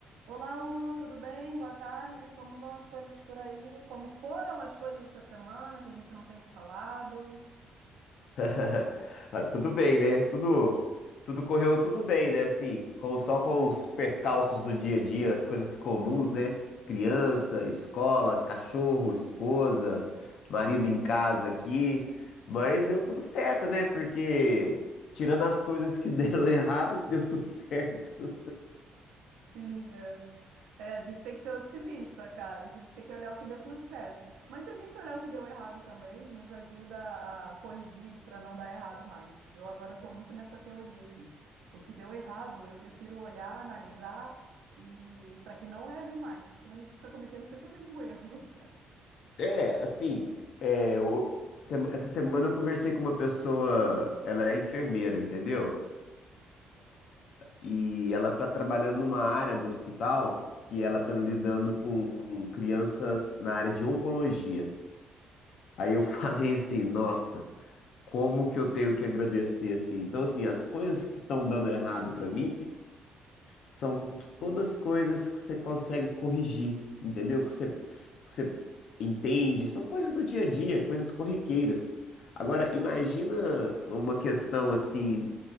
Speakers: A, on the right; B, on the left.
A: Olá, Hugo, tudo bem? Boa tarde. Como vão as coisas por aí? Como foram as coisas essa semana que a gente não tem se falado?
B: <laughs> Ah, Tudo bem, né? Tudo, tudo correu tudo bem, né? Assim, com, só com os percalços do dia a dia, as coisas comuns, né? Criança, escola, cachorro, esposa, marido em casa aqui. Mas deu tudo certo, né? Porque tirando as coisas que <laughs> deram errado, deu tudo certo.
A: Sim, é. É, a gente tem que ser otimista, cara. A gente tem que olhar o que deu tudo certo. Mas se a gente olhar o que deu errado também, nos ajuda a corrigir para não dar errado mais. Eu agora estou muito nessa teoria, assim. O que deu errado, eu prefiro olhar, analisar e para que não erre mais, porque senão a gente fica cometendo sempre o mesmo <laughs> erro.
B: É, assim, é, o- sema- essa semana eu conversei com uma pessoa, ela é enfermeira, entendeu? e ela está trabalhando numa área do hospital que ela está lidando com crianças na área de oncologia. Aí eu <laughs> falei assim, nossa, como que eu tenho que agradecer assim? Então assim, as coisas que estão dando errado para mim são todas coisas que você consegue corrigir, entendeu? Que você, que você entende, são coisas do dia a dia, coisas corriqueiras. Agora, imagina uma questão assim